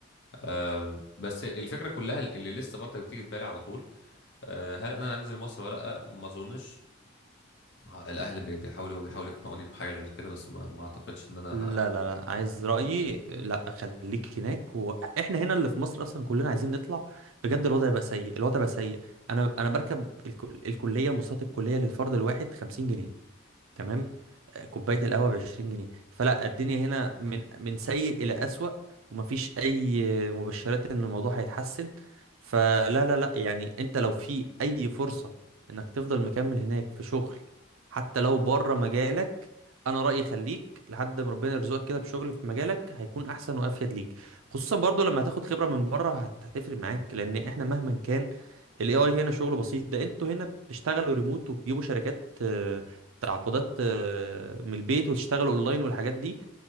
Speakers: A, on the left; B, on the right.
A: أم، بس الفكره كلها اللي لسه برضك بتيجي في بالي على طول آه، هل انا هنزل مصر ولا لا ما اظنش آه، الاهل بي- بيحاولوا بيحاولوا يقنعوني بحاجه غير كده بس ما, ما اعتقدش ان انا
B: لا
A: ه...
B: لا لا عايز رأيي لا خليك هناك واحنا هنا اللي في مصر اصلا كلنا عايزين نطلع بجد الوضع بقى سيء الوضع بقى سيء انا انا بركب الكل... الكليه مواصلات الكليه للفرد الواحد 50 جنيه تمام آه، كوبايه القهوه ب 20 جنيه فلا الدنيا هنا من من سيء الى اسوأ ومفيش اي مبشرات ان الموضوع هيتحسن فلا لا لا يعني انت لو في اي فرصه انك تفضل مكمل هناك في شغل حتى لو بره مجالك انا رايي خليك لحد ما ربنا يرزقك كده بشغل في مجالك هيكون احسن وافيد ليك خصوصا برضو لما هتاخد خبره من بره هت- هتفرق معاك لان احنا مهما كان الاي اي هنا شغله بسيط ده انتوا هنا بتشتغلوا ريموت وبتجيبوا شركات آه، تعاقدات آه، من البيت وتشتغل اونلاين والحاجات دي